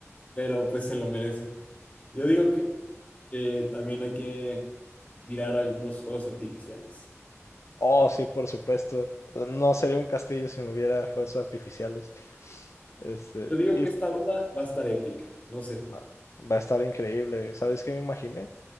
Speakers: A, on the left (about 30°); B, on the left (about 70°).
A: pero pues se lo merece. Yo digo que eh, también hay que tirar algunos fuegos artificiales.
B: oh, sí, por supuesto, no sería un castillo si no hubiera fuerzas artificiales, este,
A: Yo digo
B: y
A: que esta boda va a estar épica, no sé.
B: no, va a estar increíble, ¿sabes qué me imaginé?